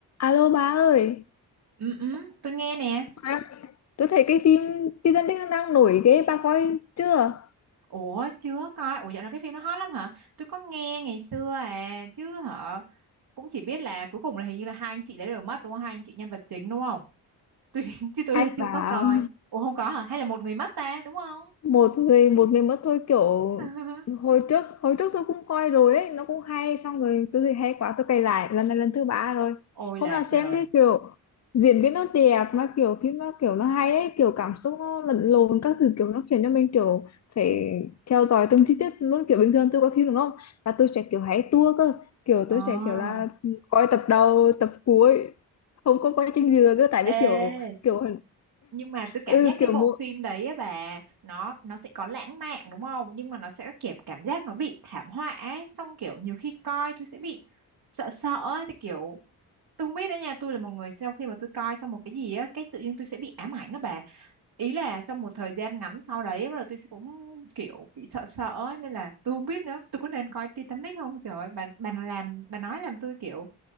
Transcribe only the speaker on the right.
Ừ, ừ, tôi nghe nè.
Ủa, chưa coi. Ủa, dạo này cái phim nó hot lắm hả? Tôi có nghe ngày xưa à, chứ hả? Cũng chỉ biết là cuối cùng là hình như là hai anh chị đấy đều mất đúng không? Hai anh chị nhân vật chính đúng không? Tôi <laughs> chứ tôi
chưa
có coi. Ủa không có hả? Hay là một người mất ta, đúng không?
<laughs>
Ôi
là
trời.
Ờ.
Ê,
nhưng mà tôi cảm
giác cái
bộ
phim đấy á bà, nó nó sẽ có lãng mạn đúng không? Nhưng mà nó sẽ kiểu cảm giác nó bị thảm họa ấy, xong kiểu nhiều khi coi tôi sẽ bị sợ sợ ấy, thì kiểu tôi không biết đó nha tôi là một người sau khi mà tôi coi xong một cái gì á cái tự nhiên tôi sẽ bị ám ảnh á bà ý là trong một thời gian ngắn sau đấy bắt đầu tôi sẽ cũng kiểu bị sợ sợ ấy, nên là tôi không biết nữa tôi có nên coi Titanic không trời ơi, bà bà làm bà nói làm tôi kiểu